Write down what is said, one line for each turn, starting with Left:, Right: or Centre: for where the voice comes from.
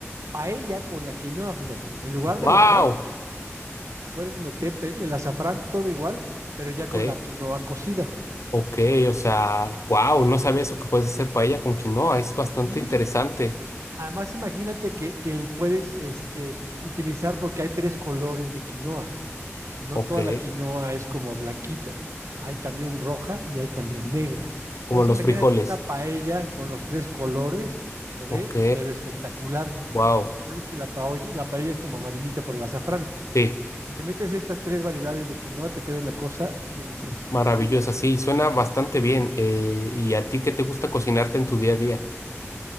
Right: paella con la quinoa, fíjate. En lugar
Left: Wow.
Right: del arroz, puedes meterte el azafrán todo igual, pero ya
Left: Ok.
Right: con la quinoa cocida.
Left: Ok, o sea, wow, no sabía eso que puedes hacer paella con quinoa, es bastante
Right: Y
Left: interesante.
Right: además imagínate que, que le puedes este, utilizar porque hay tres colores de quinoa. no
Left: Ok,
Right: toda la quinoa es como blanquita, hay también roja y hay también negra. Entonces
Left: como los
Right: imagínate
Left: frijoles.
Right: una paella con los tres colores, se ve
Left: Ok,
Right: pero espectacular,
Left: wow,
Right: porque ya ves que la paolla- la paella es como amarillita por el azafrán,
Left: sí,
Right: pero si le metes estas tres variedades de quinoa te queda una cosa deliciosa.
Left: maravilloso, sí, suena bastante bien. eh, ¿y a ti qué te gusta cocinarte en tu día a día?